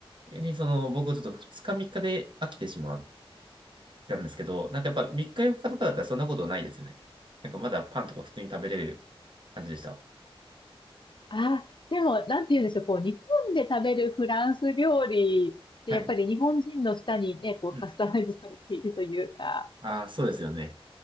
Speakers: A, on the right; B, on the left.
A: に、その、僕ちょっと2日3日で飽きてしまっなんですけど、なんかやっぱ3日4日とかだったらそんなことないですよね。なんかまだパンとか普通に食べれる感じでした。
B: あでも、なんて言うんでしょう、こう、日本で食べるフランス料理って、
A: はい。
B: やっぱり日本人の舌にね、こう、
A: うん。
B: カスタマイズされているというか、
A: ああ、そうですよね。